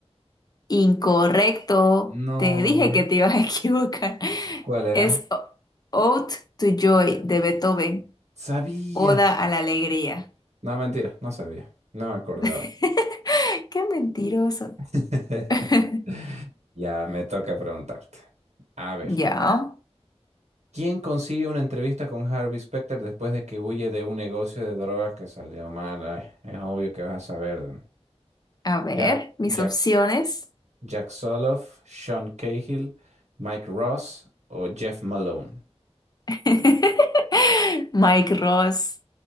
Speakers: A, on the left; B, on the right.
A: Incorrecto.
B: No.
A: Te dije que te ibas a <laughs> equivocar.
B: ¿Cuál era?
A: Es O- Ode to Joy de Beethoven,
B: ¿Sabías?
A: Oda a la Alegría.
B: No, mentira, no sabía. No me acordaba.
A: <laughs> Qué mentiroso.
B: <laughs>
A: <laughs>
B: Ya me toca preguntarte. A ver.
A: Ya,
B: ¿Quién consigue una entrevista con Harvey Specter después de que huye de un negocio de drogas que salió mal? Ay, es obvio que vas a saber.
A: a ver,
B: Jack,
A: mis
B: Jack.
A: opciones.
B: Jack Soloff, Sean Cahill, Mike Ross o Jeff Malone.
A: <laughs> Mike Ross.